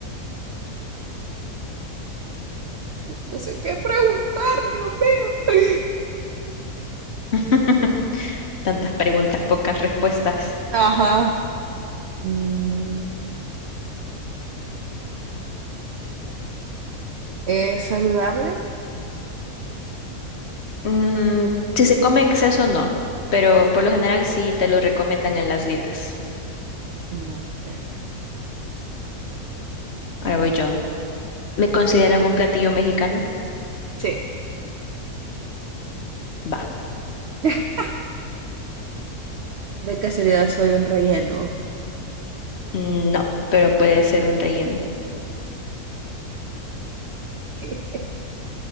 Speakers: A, on the right; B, on the left.
A: No sé qué preguntar, Dios mío. <laughs>
B: <laughs> Tantas preguntas, pocas respuestas.
A: ajá. Mm, ¿es saludable?
B: Mm, si se come en exceso, no, pero por lo general sí te lo recomiendan en las dietas.
A: Mm, ok.
B: Ahora voy yo. ¿Me consideran un platillo mexicano?
A: Sí.
B: Va.
A: <laughs> De casualidad soy un relleno.
B: Mm, No, pero puede ser un relleno.
A: <laughs> ¿Qué?